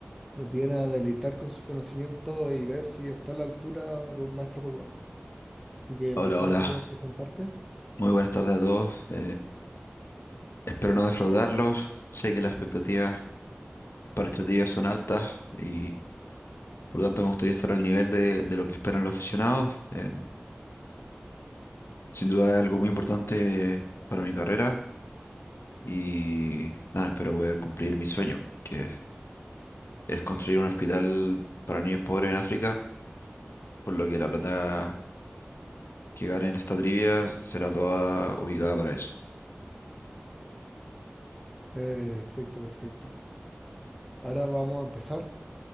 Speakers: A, in the centre; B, on the left.
A: nos viene a deleitar con su conocimiento y ver si está a la altura de un maestro Pokémon. Así que
B: Hola,
A: por favor,
B: hola.
A: si puedes presentarte.
B: Muy buenas tardes a todos. Eh, espero no defraudarlos. Sé que las expectativas para este día son altas y por lo tanto me gustaría estar al nivel de, de lo que esperan los aficionados. Eh, sin duda es algo muy importante para mi carrera y nada, espero poder cumplir mi sueño, que es construir un hospital para niños pobres en África, por lo que la plata que gane en esta trivia será toda ubicada para eso.
A: Perfecto, perfecto. Ahora vamos a empezar.